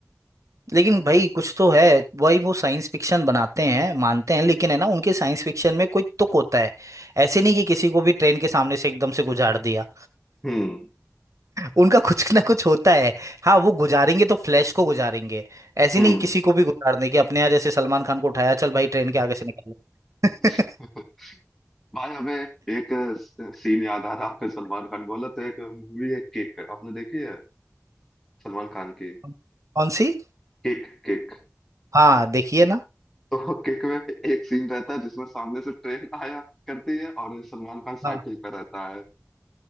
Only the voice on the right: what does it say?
लेकिन भाई कुछ तो है वही वो साइंस फिक्शन बनाते हैं मानते हैं लेकिन है ना उनके साइंस फिक्शन में कोई तुक होता है ऐसे नहीं कि किसी को भी ट्रेन के सामने से एकदम से गुजार दिया
उनका <laughs> कुछ ना कुछ होता है हाँ वो गुजारेंगे तो फ्लैश को गुजारेंगे ऐसे
नहीं कि किसी को भी गुजार देंगे अपने यहाँ जैसे सलमान खान को उठाया चल भाई ट्रेन के आगे से निकल जा।
<laughs> कौन सी
हाँ देखिए ना
हाँ